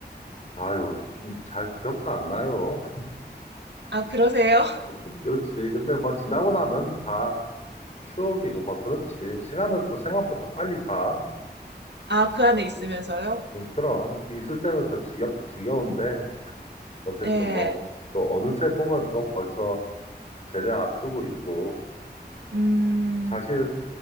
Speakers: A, on the left; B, on the right.
A: 아유, 진짜 잘 기억도 안 나요.
B: 아, 그러세요? <laughs>
A: <laughs> 그렇지. 근데 뭐 지나고 나면 다 추억이고 뭐 그렇지. 시간은 또 생각보다 빨리 가.
B: 아, 그 안에 있으면서요?
A: 음, 그럼 있을 때는 또 지겹, 지겨운데 어쨌든
B: 예.
A: 뭐 또 어느새 보면 또 벌써 제대 앞두고 있고
B: 음.
A: 사실